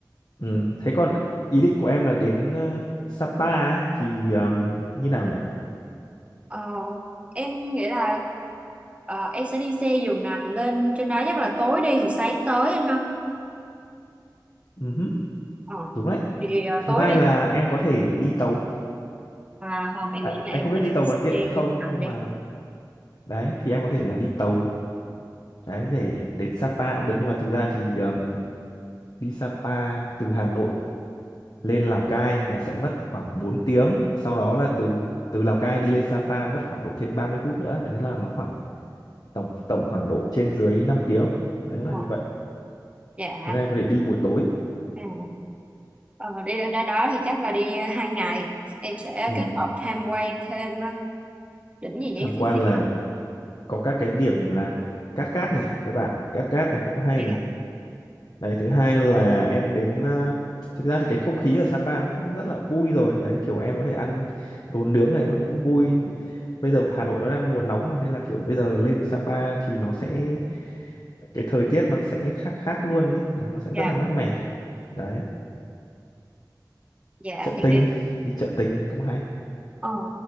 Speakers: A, on the left; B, on the right.
A: Ừ. Thế còn ý định của em là đến ờ, Sapa ấy, thì ờm, như nào nhỉ?
B: Ờ, em nghĩ là ờ, em sẽ đi xe giường nằm lên trên đó chắc là tối đi thì sáng tới anh ha.
A: Ừ hứ,
B: Ờ,
A: Đúng đấy.
B: thì ờ,
A: Thứ
B: tối
A: hai
B: đi
A: là
B: thì
A: em có thể đi tàu.
B: à, không em
A: À,
B: nghĩ
A: anh
B: là em
A: không biết
B: sẽ
A: đi tàu
B: đi
A: còn tiện
B: xe
A: nữa không
B: giường nằm
A: nhưng
B: đi.
A: mà đấy thì em có thể là đi tàu đấy để đến Sapa cũng được nhưng mà thực ra thì ờm, đi Sapa từ Hà Nội lên Lào Cai là sẽ mất khoảng 4 tiếng, sau đó là từ từ Lào Cai đi lên Sapa mất khoảng độ thêm 30 phút nữa. Đấy là nó khoảng tổng tổng khoảng độ trên dưới 5 tiếng. Đấy
B: Ờ,
A: là như vậy.
B: Dạ.
A: Thế nên em có thể đi buổi tối
B: À. Ờ, đi lên đó, đó thì chắc là đi ờ, hai ngày em sẽ
A: Ừ,
B: kết hợp tham quan thêm ờ, đỉnh gì nhỉ
A: tham quan
B: Phi Phi
A: là
B: Băng.
A: có các cái điểm là Cát Cát này, cái bản Cát Cát này cũng hay
B: dạ
A: này. Đấy, thứ hai là em đến à, thực ra thì cái không khí ở Sapa nó cũng rất là vui rồi. Đấy, kiểu em có thể ăn đồ nướng này nó cũng vui. Bây giờ Hà Nội nó đang mùa nóng mà nên là kiểu bây giờ lên Sapa thì nó sẽ cái thời tiết nó sẽ khác khác luôn ấy. Đấy, nó sẽ
B: dạ
A: rất là mát mẻ. Đấy,
B: dạ
A: chợ
B: thì
A: Tình,
B: đi
A: đi chợ Tình cũng hay.
B: ờ,